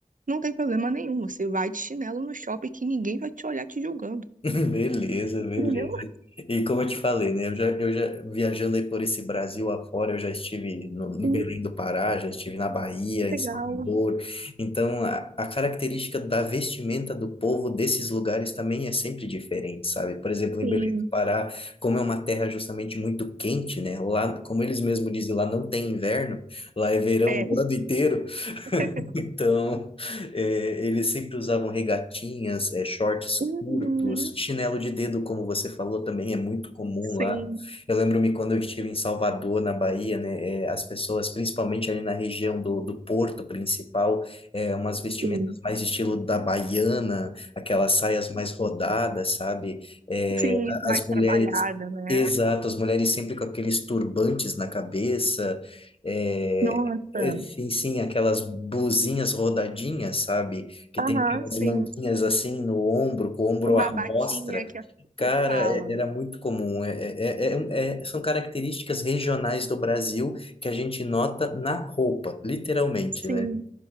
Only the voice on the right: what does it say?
Não tem problema nenhum, você vai de chinelo no shopping que ninguém vai te olhar te julgando.
Entendeu?
Hum,
Legal,
sim.
É.
<laughs>
Uhum.
Sim,
sim.
Sim,
mais
trabalhada, né.
Nossa.
Aham,
sim.
Uma
batinha
que a
que fala.
Sim,